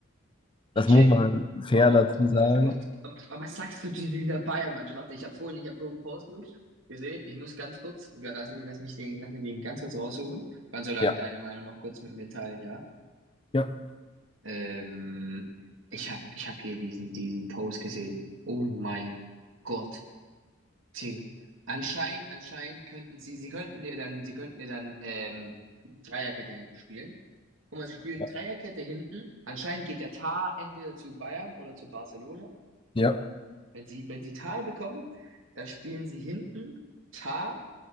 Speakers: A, on the right; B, on the left.
A: ich
B: Das
A: check.
B: muss man fair
A: Oh,
B: dazu
A: aber,
B: sagen.
A: aber, aber, aber aber was sagst du zu dieser Bayern-Mannschaft? Warte, ich habe vorhin, ich habe vorhin einen Post gesucht. Ihr seht, ich muss ganz kurz, ja, lass mich, lass mich den, lass mich den ganz kurz raussuchen. Kannst so lange
B: Ja.
A: deine Meinung noch kurz mit mir teilen, ja?
B: Ja.
A: Ähm, ich habe, ich habe hier diesen, diesen Post gesehen. Oh mein Gott. Tee. Anscheinend, anscheinend könnten sie, sie könnten dir dann, sie könnten dir dann ähm, Dreierkette hinten spielen. Guck mal, sie spielen
B: Ja.
A: Dreierkette hinten. Anscheinend geht der Tar entweder zu Bayern oder zu Barcelona.
B: Ja.
A: Wenn sie, wenn sie Tar bekommen, dann spielen sie hinten Tar